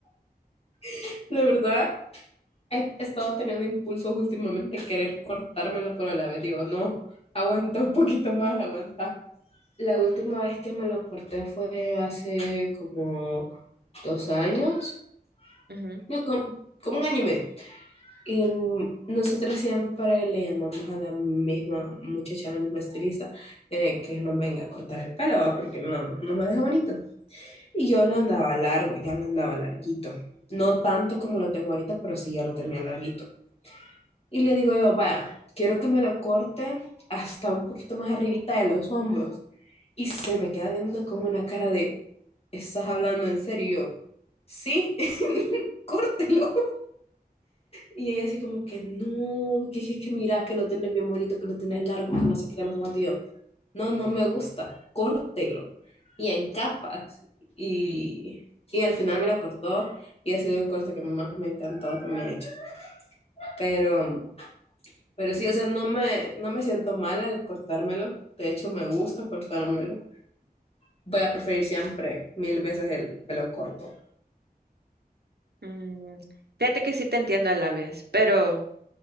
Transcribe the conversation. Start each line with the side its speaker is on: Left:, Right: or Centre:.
Left: <laughs> la verdad, He he estado teniendo impulsos últimamente de querer cortármelo, pero a la vez digo, no, aguanta un poquito más, aguanta. La última vez que me lo corté fue hace como dos años,
Right: Ujú.
Left: no, como, como un año y medio. Y mm, nosotros siempre le llamamos a la misma muchacha, a la misma estilista, eh, que nos venga a cortar el pelo, ¿va? porque no, no lo deja bonito. Y yo lo andaba largo, ya lo andaba larguito. No tanto como lo tengo ahorita, pero sí ya lo tenía larguito. Y le digo yo, vaya, quiero que me lo corte hasta un poquito más arribita de los hombros. Y se me queda viendo con una cara de, ¿estás hablando en serio? Y yo, sí, <laughs> córtelo. Y ella así como que, no, que, que, que mira, que lo tenés bien bonito, que lo tenés largo, que no sé qué, que no sé cuánto. Y yo, no, no me gusta, córtelo. Y en capas. Y, y al final me lo cortó y ha sido el corte que más me ha encantado que me ha hecho. Pero... Pero sí, o sea, no me, no me siento mal al cortármelo. De hecho, me gusta cortármelo. Voy a preferir siempre mil veces el pelo corto.
Right: Mm, fíjate que sí te entiendo a la vez, pero